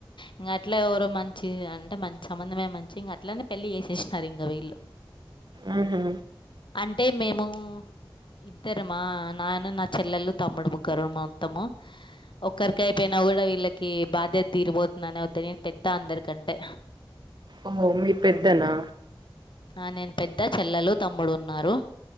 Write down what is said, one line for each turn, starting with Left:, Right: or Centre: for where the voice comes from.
Left: ఇంకా అట్లా ఎవరో మంచి అంటే మంచి సంబంధమే మంచి ఇంక అట్లనే పెళ్లి చేసేసినారు ఇంకా వీళ్ళు
Right: ఆహ
Left: అంటే మేము ఇద్దరమ నాయన నా చెల్లెలు తమ్ముడు ముగరు మొత్తము ఒక్కరికి అయిపోయినా కూడా వీళ్ళకి బాధ్యత తీరిపోతుందని వద్ద్ద నేను పెద్ద అందరికంటే
Right: ఓహో మీరు పెద్దనా
Left: ఆ నేను పెద్ద చెల్లలు తమ్ముడు ఉన్నారు